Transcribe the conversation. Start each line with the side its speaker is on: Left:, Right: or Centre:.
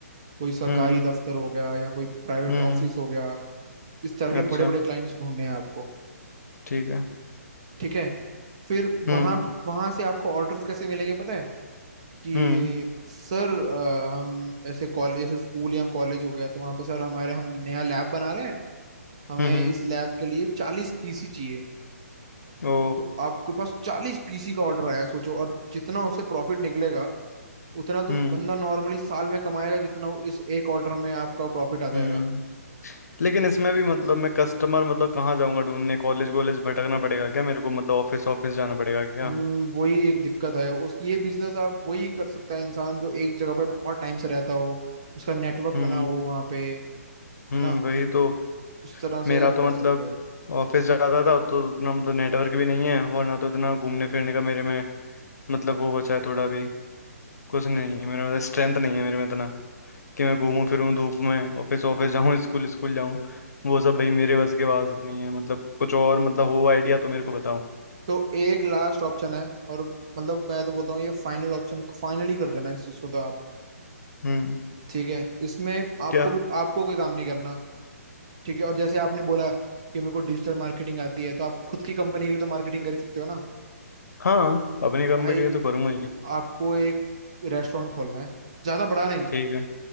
Right: कोई सरकारी
Left: हम्म
Right: दफ्तर हो गया या कोई प्राइवेट
Left: हम्म
Right: ऑफिस
Left: हम्म, हम्म,
Right: हो गया इस तरह
Left: अच्छा
Right: के बड़े बड़े क्लाइंट्स ढूंढने हैं आपको
Left: ठीक है
Right: ठीक है फिर
Left: हम्म
Right: वहां वहां से आपको ऑर्डर्स कैसे मिलेंगे पता है कि
Left: हम्म
Right: सर अ, हम ऐसे कॉलेज ऐसे स्कूल या कॉलेज हो गया तो वहां पे सर हमारे हम नया लैब बना रहे हैं हमें
Left: हम्म हम्म,
Right: इस लैब के लिए चालीस पीसी चाहिए
Left: ओ
Right: तो आपके पास चालीस पीसी का ऑर्डर आया है, सोचो और जितना उसे प्रॉफिट निकलेगा उतना तो
Left: हम्म
Right: बंदा नॉर्मली साल में कमाएगा जितना इस एक ऑर्डर में आपका प्रॉफिट आ
Left: हम्म
Right: जाएगा
Left: लेकिन इसमें भी मतलब मैं कस्टमर मतलब कहाँ जाऊंगा ढूंढने कॉलेज वॉलेज भटकना पड़ेगा क्या मेरे को मतलब ऑफिस ऑफिस जाना पड़ेगा क्या
Right: हम्म, वही एक दिक्कत है उस ये बिजनेस आप वही कर सकता है इंसान जो एक जगह पे बहुत टाइम से रहता हो उसका नेटवर्क
Left: हम्म
Right: बना हो वहाँ पे है
Left: हम्म
Right: ना
Left: वही तो
Right: उस तरह
Left: मेरा
Right: से आप
Left: तो
Right: कर
Left: मतलब
Right: सकते हो
Left: ऑफिस जाता था तो उतना मतलब नेटवर्क भी नहीं है और ना तो इतना घूमने फिरने का मेरे में मतलब वो बचा है थोड़ा भी कुछ नहीं है मेरे में मतलब स्ट्रेंथ नहीं है मेरे में इतना कि मैं घूमूं फिरूं धूप में ऑफिस ऑफिस जाऊं स्कूल स्कूल जाऊं वो सब भाई मेरे बस के पास नहीं है मतलब कुछ और मतलब हो आइडिया तो मेरे को बताओ
Right: तो एक लास्ट ऑप्शन है और मतलब मैं तो बोलता हूँ ये फाइनल ऑप्शन फाइनली कर देना इस चीज को तो आप
Left: हम्म
Right: ठीक है इसमें आपको
Left: क्या
Right: भी आपको कोई काम नहीं करना ठीक है और जैसे आपने बोला कि मेरे को डिजिटल मार्केटिंग आती है तो आप खुद की कंपनी के लिए तो मार्केटिंग कर ही सकते हो ना
Left: हाँ अपनी कंपनी
Right: भाई
Left: के लिए तो करूंगा ही
Right: आपको एक रेस्टोरेंट खोलना है ज्यादा बड़ा नहीं
Left: ठीक है